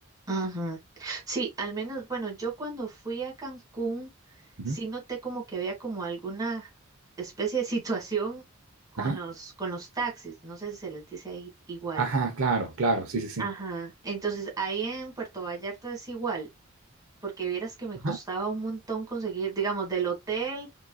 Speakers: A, on the right; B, on the right.
A: Ujú. Sí, al menos, bueno, yo cuando fui a Cancún,
B: Ujú.
A: sí noté como que había como alguna especie de situación con
B: Ajá,
A: los, con los taxis. No sé si se les dice ahí igual.
B: ajá, claro, claro, sí, sí, sí.
A: Ajá. Entonces, ahí en Puerto Vallarta es igual porque vieras que me
B: Ajá,
A: costaba un montón conseguir, digamos, del hotel